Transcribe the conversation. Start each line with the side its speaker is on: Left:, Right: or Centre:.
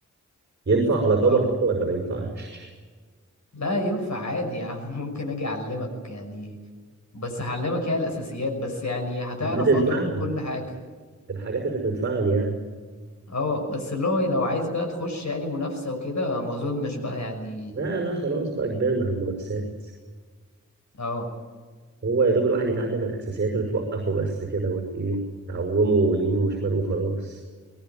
Right: ينفع على كبر
Left: اه
Right: بقى ولا ما ينفعش
Left: لا ينفع عادي يا عم <laughs> ممكن اجي اعلمك يعني بس هعلمك يعني الاساسيات بس يعني هتعرف
Right: <laughs> اللي تنفعني
Left: اه تعوم وكل حاجه
Right: الحاجات اللي تنفعني يعني
Left: اه بس اللي هو لو عايز بقى تخش يعني منافسه وكده ما اظنش بقى يعني
Right: لا لا خلاص بقى كبرنا على المنافسات
Left: اه
Right: هو يا دوب الواحد يتعلم الاساسيات اللي توقفه بس كده وت ايه تعومه يمين وشمال وخلاص